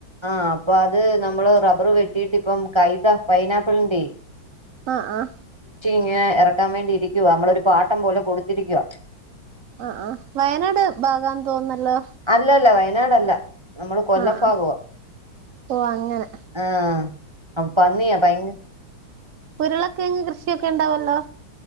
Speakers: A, on the right; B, on the right.
A: ആഹ് അപ്പൊ അത് നമ്മള് റബ്ബർ വെട്ടീട്ട് ഇപ്പം കൈത പൈനാപ്പിളിന്റെ
B: ആഹ് ആഹ്
A: ഇഞ്ഞ് എറക്കാൻ വേണ്ടിയിരിക്കുവാ നമ്മളൊരു പാട്ടം പോലെ കൊടുത്തിരിക്കുവാ
B: ആഹ് ആഹ് വയനാട് ഭാഗാന്ന് തോന്നുന്നല്ലോ
A: അല്ല അല്ല വയനാടല്ല നമ്മള് കൊല്ലം
B: ആഹ് ആഹ്
A: ഭാഗവാ
B: ഓ അങ്ങനെ
A: ആ അ പന്നിയാ ഭയങ്ക
B: ഉരുളകെഴങ്ങു കൃഷിയൊക്കെ ഇണ്ടാവുല്ലോ